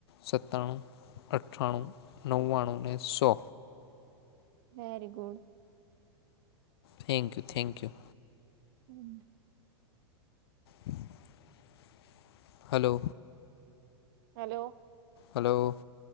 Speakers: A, on the left; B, on the right.
A: સત્તણું, અઠાણું, નવ્વાણું અને સો.
B: Very good.
A: Thank you thank you.
B: Hmm.
A: હ <unintelligible> hello
B: hello
A: hello